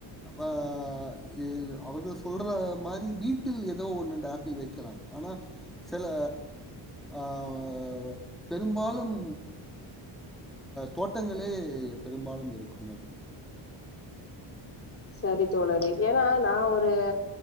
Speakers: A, in the centre; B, on the left.
A: அஹ் அவர்கள சொல்ற மாரி வீட்டில் ஏதோ ஒன்ரெண்டு ஆப்பிள் வைக்கலாம் ஆனா செல அஹ் பெரும்பாலும் தோட்டங்களே பெரும்பாலும் இருக்கும் அது
B: சரி தோழரே ஏன்னா நா ஒரு